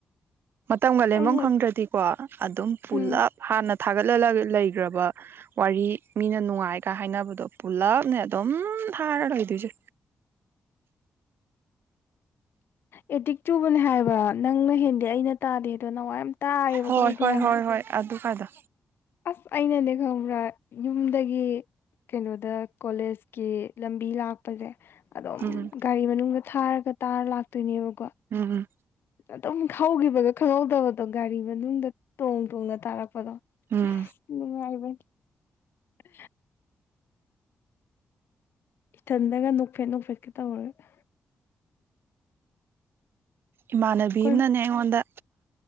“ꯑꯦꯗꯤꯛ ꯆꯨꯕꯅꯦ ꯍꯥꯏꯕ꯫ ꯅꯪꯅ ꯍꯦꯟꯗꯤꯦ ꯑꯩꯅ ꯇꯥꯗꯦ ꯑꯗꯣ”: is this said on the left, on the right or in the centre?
Left